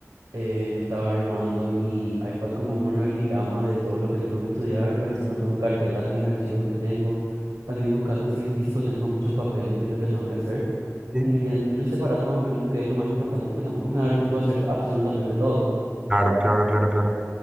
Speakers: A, on the right (about 85°); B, on the right (about 20°).
A: eh, estaba armando en mi iPad como un organigrama de todo lo que tengo que estudiar, organizando todo en carpetas, mis archivos que tengo. También buscando así en físico, tengo muchos papeles que es lo que tengo que hacer.
B: Sí.
A: ir viendo y separando más o menos qué es lo más importante porque tampoco me va a dar tiempo de hacer absolutamente todo.
B: Claro, claro, claro, claro.